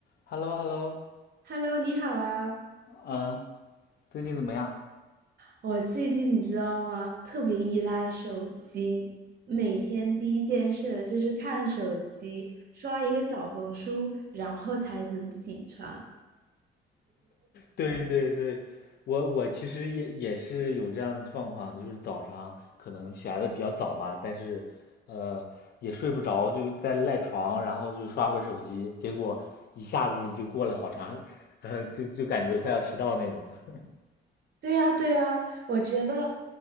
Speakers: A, on the left; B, on the right.
A: h e l l o h e l l o
B: Hello，你好啊！
A: 嗯，最近怎么样？
B: 我最近你知道吗？特别依赖手机，每天第一件事就是看手机，刷一个小红书，然后才能起床。
A: 对对对，我我其实也也是有这样的状况，就是早上可能起来的比较早嘛，但是呃也睡不着，就在赖床，然后就刷会儿手机，结果一下子就过了好长，呃，就就感觉快要迟到那种。<laughs>
B: 对呀，对呀，我觉得